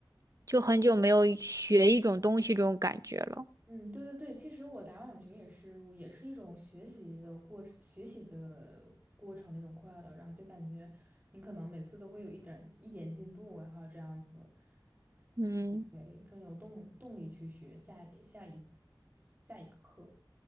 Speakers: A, on the right; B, on the right.
A: 就很久没有学一种东西这种感觉了。
B: 嗯，对对对，其实我打网球也是，我也是一种学习的过程，学习的过程那种快乐，然后就感觉你可能每次都会有一点一点进步，然后这样子
A: 嗯。
B: 就会更有动动力去学下一下一下一个课。